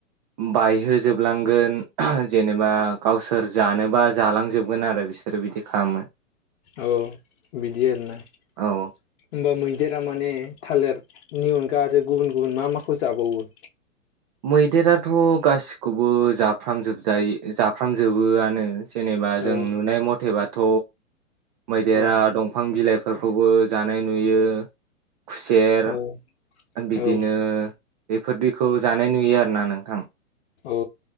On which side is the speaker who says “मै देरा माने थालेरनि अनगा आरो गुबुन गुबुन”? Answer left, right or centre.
Left